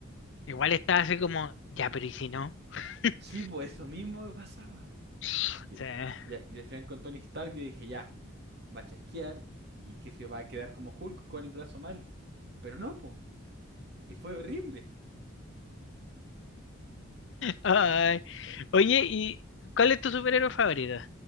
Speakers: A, on the left (about 60°); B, on the right (about 50°).
A: igual estaba así como, ya, pero ¿y si no? <laughs>
B: Sí, pues eso mismo me pasaba.
A: O
B: Y,
A: sea,
B: y al, y al final con Tony Stark yo dije, ya, va a chasquear y que se va a quedar como Hulk con el brazo mal. Pero no, pues. Y fue horrible.
A: ay. Oye, ¿y cuál es tu superhéroe favorito